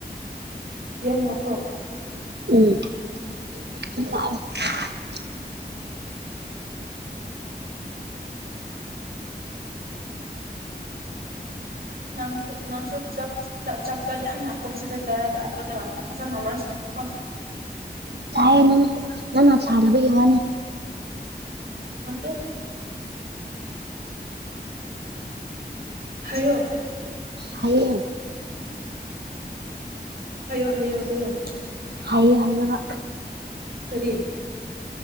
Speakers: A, on the right; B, on the right.
A: ꯌꯥꯝ ꯅꯛꯄ꯭ꯔꯣ
B: ꯎꯝ <inaudible>
A: ꯅꯪꯁꯨ ꯅꯪꯁꯨ ꯆꯥꯛ ꯆꯥꯛꯇ ꯌꯥꯝ ꯀꯣꯟꯁꯟꯇ꯭ꯕꯦꯠ ꯇꯧꯔꯒ ꯉꯥꯡꯕꯗꯣ ꯐꯖꯅ ꯋꯥꯔꯤ ꯁꯥ <unintelligible>
B: ꯁꯥꯢꯌꯦꯅꯦ ꯅꯪꯅ ꯁꯥꯗꯕꯒꯤ ꯋꯥꯅꯦ
A: ꯅꯠꯇꯦ ꯍꯥꯏꯌꯣ
B: ꯍꯥꯢꯌꯦ
A: ꯍꯥꯏꯌꯣ ꯍꯥꯏꯌꯣ ꯍꯥꯏꯌꯣ
B: ꯍꯥꯏꯌꯦ ꯍꯥꯏꯔꯒ
A: ꯀꯔꯤ